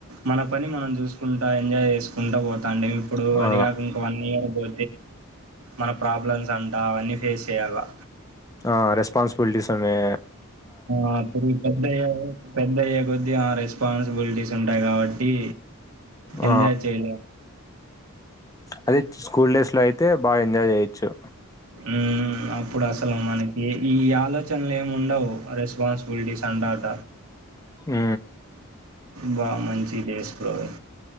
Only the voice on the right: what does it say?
మన పని మనం చూసుకుంటాయి ఎంజా్ చేసుకుంటా పో దాన్ని ఇప్పుడు
అది కాక ఇంక వన్ ఇయర్ పో మన ప్రాబ్లమ్స్ అంటా అవన్నీ ఫేస్ చేయాలా
ఆ త పెద్ద పెద్ద యే కొద్ది రెస్పాన్సిబుల్టిస్ ఉంటాయి కాబట్టి
ఎంజాయ్ చేయలేం.
అ అప్పుడు అసలు మనకి ఈ ఆలోచనలు ఏమి ఉండవు రెస్పాన్సిబుల్టీస్ అంటాట
బా మంచి డేస్ బ్రో అవి.